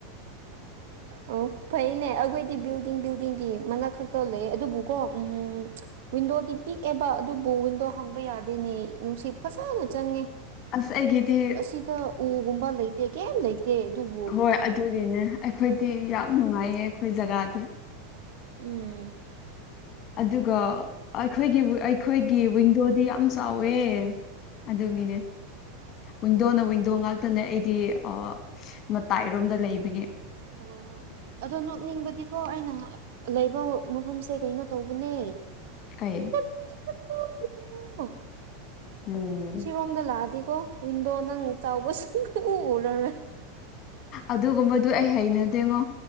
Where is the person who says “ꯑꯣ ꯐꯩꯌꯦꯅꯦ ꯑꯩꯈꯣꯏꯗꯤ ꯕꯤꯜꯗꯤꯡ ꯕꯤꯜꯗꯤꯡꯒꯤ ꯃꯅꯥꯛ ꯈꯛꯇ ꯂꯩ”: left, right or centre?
Right